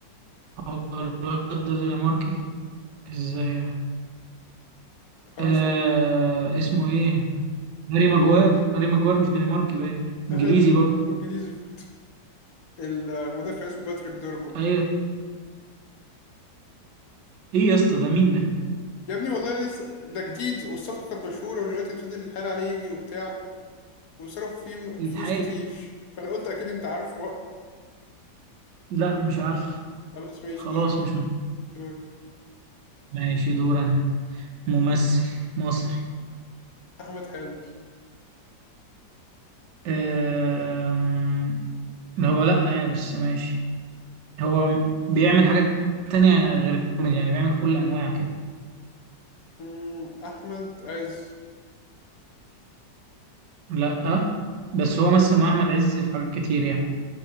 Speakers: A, on the right; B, on the left.
A: هو الواد ده دنماركي ازاي يعني
B: خلاص
A: آه اسمه ايه هاري ماجواير هاري ماجواير مش دنماركي باين انجليزي
B: أهدف
A: برضه
B: <laughs> إنجليزي برضه المدافع اسمه باتريك دورجو
A: ايوه ايه يا اسطى ده مين ده
B: يا ابني والله لسه ده جديد والصفقة كانت مشهورة واليونايتد فضل يتحايل عليه يجي وبتاع وصرفوا فيه
A: يتحايل
B: فلوس كتير فأنا قلت أكيد أنت عارف بقى
A: لا مش عارف
B: خلاص ماشي
A: خلاص
B: دورك
A: مش م-
B: دورك
A: ماشي دور انا ممثل مصري
B: أحمد حلمي
A: أم، ده هو لأ يعني بس ماشي هو بيعمل حاجات تانية غير الكوميدي يعني بيعمل كل أنواع كده
B: مم. أحمد عز
A: لأ بس هو مثل مع أحمد عز في حاجات كتير يعني